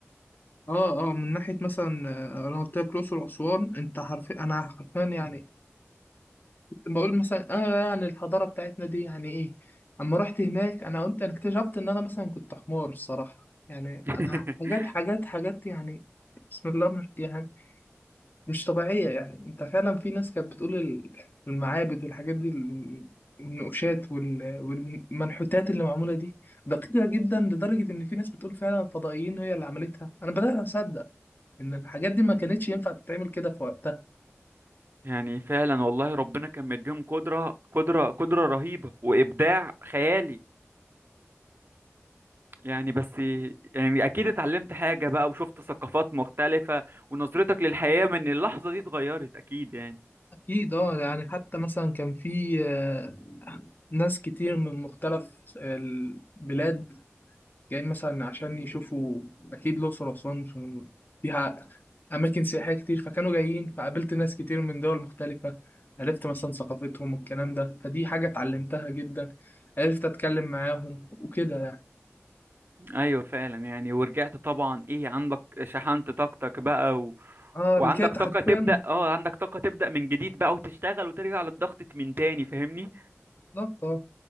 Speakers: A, on the left; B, on the right.
A: اه اه من ناحيه مثلا آه، انا قلت لك الاقصر واسوان انت حرفيا انا حرفيا يعني كنت بقول مثلا اه يعني الحضاره بتاعتنا دي يعني ايه اما رحت هناك انا قلت انا اكتشفت ان انا مثلا كنت حمار الصراحه يعني
B: <laughs>
A: انا حاجات حاجات حاجات يعني بسم الله مش يعني مش طبيعية يعني انت فعلا في ناس كانت بتقول ال- المعابد والحاجات دي ال- النقوشات وال- والمنحوتات اللي معمولة دي دقيقة جدا لدرجة ان في ناس بتقول فعلا فضائيين هي اللي عملتها انا بدأت اصدق ان الحاجات دي ما كانتش ينفع تتعمل كده في وقتها
B: يعني فعلا والله ربنا كان مديهم قدرة قدرة قدرة رهيبة وإبداع خيالي يعني بس يعني أكيد اتعلمت حاجة بقى وشفت ثقافات مختلفة ونظرتك للحياة من اللحظة دي اتغيرت أكيد يعني
A: اكيد اه يعني حتى مثلا كان في آه، ناس كتير من مختلف آه، البلاد جايين مثلا عشان يشوفوا أكيد الأقصر وأسوان مش- فيها أماكن سياحية كتير فكانوا جايين فقابلت ناس كتير من دول مختلفة عرفت مثلا ثقافتهم والكلام ده فدي حاجة اتعلمتها جدا عرفت أتكلم معاهم وكده يعني
B: ايوه فعلا يعني ورجعت طبعا ايه عندك شحنت طاقتك بقى و...
A: اه
B: وعندك
A: رجعت حرفيا
B: طاقة تبدأ اه عندك طاقة تبدأ من جديد بقى وتشتغل وترجع للضغط من تاني فاهمني
A: بالظبط اه